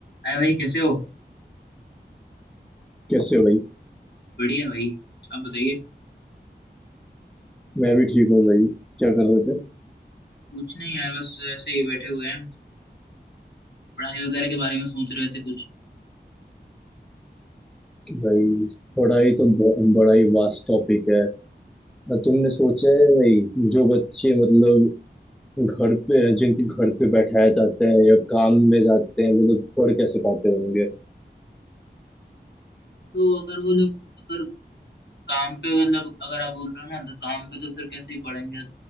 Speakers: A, on the left; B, in the centre.
A: अरे भाई कैसे हो
B: कैसे हो भाई
A: बढ़िया भाई आप बताइए
B: मैं भी ठीक हूँ भाई क्या कर रहे थे
A: कुछ नहीं यार बस ऐसे ही बैठे हुए हैं पढ़ाई वगैरह के बारे में सोच रहे थे कुछ
B: भाई पढ़ाई तो ब- बड़ा ही वास्ट टॉपिक है अ, तुमने सोचा है भाई जो बच्चे मतलब घर पे हैं, जिनके घर पे बैठाया जाता है या काम में जाते हैं वो लोग पढ़ कैसे पाते होंगे
A: तो अगर वो लोग अगर काम पे मतलब अगर आप बोल रहे हो ना तो काम पे तो फिर कैसे ही पढ़ेंगे